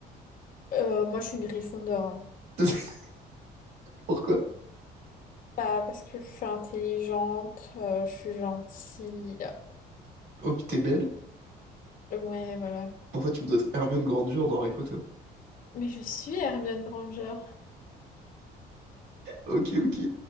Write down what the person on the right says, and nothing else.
<laughs> Pourquoi?
Oh, t'es belle.
En fait, tu voudrais être Hermione Granger dans Harry Potter.
Ok, ok.